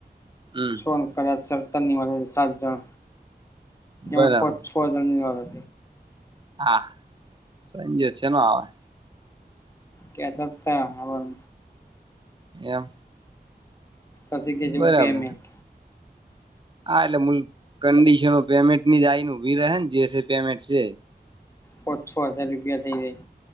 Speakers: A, on the right (about 30°); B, on the left (about 15°).
A: હમ
B: સોન કર સરતાની સાત જણ‌.
A: બરાબર
B: એ પાંચ છ હજાર <unintelligible>
A: હા <unintelligible> ન આવે
B: કેતાતા હવારમાં.
A: એમ?
B: પછી કે જેવુ
A: બરાબર
B: પેમેંટ.
A: હા એટલે મૂલ કંડિશનો પેમેન્ટની જાય ભી રહેન જસે પેમેન્ટ છે.
B: પાચ છો હાજાર રૂપિયા થઇ જાય.